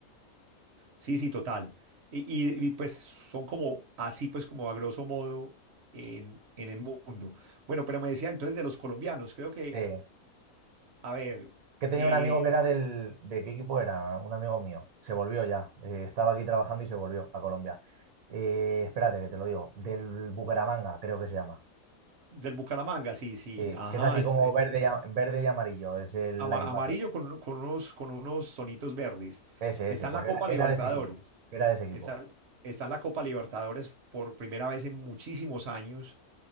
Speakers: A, on the right; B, on the right.
A: Sí, sí, total. Y, y- y, pues son como así, pues como a grosso modo en, en el mundo. Bueno, pero me decía entonces de los colombianos, creo que,
B: Sí.
A: a ver,
B: Que tenía
A: eh,
B: un amigo que era del, ¿de qué equipo era? Un amigo mío, se volvió ya, eh, estaba aquí trabajando y se volvió a Colombia. Eh, espérate, que te lo digo, del Bucaramanga, creo que se llama.
A: del Bucaramanga, sí, sí,
B: Sí,
A: ajá,
B: que es así
A: es,
B: como
A: es
B: verde y, a- verde y amarillo, es el-
A: ama-
B: la equipación.
A: amarillo con, uno- con unos, con unos tonitos verdes.
B: Ese,
A: Está
B: ese,
A: en
B: pues
A: la Copa
B: era, era
A: Libertadores,
B: de ese equipo, era de ese equipo.
A: está, está en la Copa Libertadores por primera vez en muchísimos años.